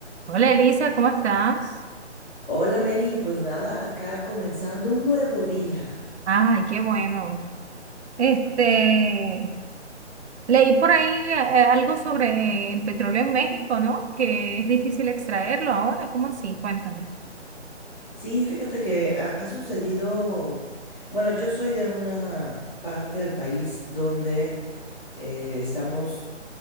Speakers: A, on the right; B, on the left.
A: Hola Elisa, ¿cómo estás?
B: Hola Mary, pues nada, acá comenzando un nuevo día.
A: Ay, qué bueno. Este, leí por ahí eh, algo sobre el petróleo en México, ¿no? Que es difícil extraerlo ahora, ¿cómo así? Cuéntame.
B: Sí, fíjate que ha, ha sucedido, mm, bueno, yo soy de una parte del país donde eh, estamos